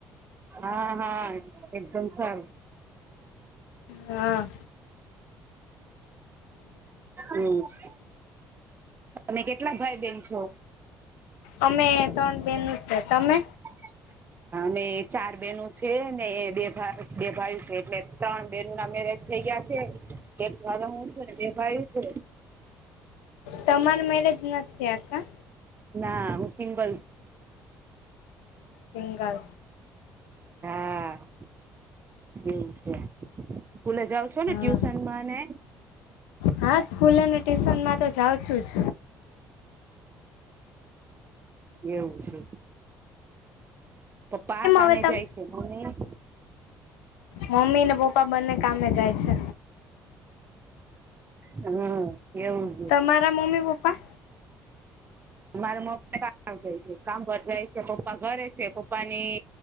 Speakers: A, on the right; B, on the left.
A: હા હા એકદમ સારું.
B: હા.
A: એવું છે. તમે કેટલા ભાઈ બેન છો?
B: અમે ત્રણ બેનું છે, તમે?
A: <inaudible> અને ચાર બેનો છે ને એ બે બે ભાઈ છે એટલે ત્રણ બહેનોના મેરેજ થઈ ગયા છે એક ઘરે હું છું અને બે ભાયુ છે.
B: તમાર મેરેજ નથ થયા કા?
A: ના હું સિંગલ.
B: સિંગલ
A: હા. એવું છે સ્કૂલે જાવ છો ને
B: હા
A: ટ્યુશનમાં ને
B: હા સ્કૂલેને ટ્યુશનમાં તો જાઉં છું જ.
A: એવું છે પપ્પા
B: કેમ
A: આ કામે
B: હવે તમ
A: જાયશે. ને મમ્મી?
B: મમ્મી ને પપ્પા બંને કામે જાય છે.
A: હ એવું. છે
B: મારા મમ્મી પપ્પા?
A: મારા મમ્મી કામ જાય છે કામ પર જાય છે પપ્પા ઘરે છે પપ્પાની